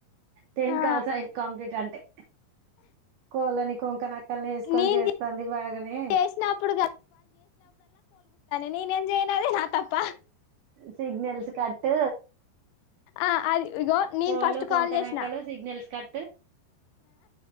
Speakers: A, on the right; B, on the left.
A: టెన్
B: ఆ
A: కల్సాయి కంప్లిట్ అంటే కోళ్ళని కొంకనక్కల్ని ఎసుకొని
B: నేను
A: చేస్తుంది బాగానే
B: చేసినప్పుడు నేనేమ్ జయను అది నా తప్ప
A: సిగ్నల్స్ కట్
B: ఆ అది ఇగో నేను
A: కోళ్ళు,
B: ఫస్ట్
A: కొంకనక్కలు
B: కాల్ చేసిన
A: సిగ్నల్స్ క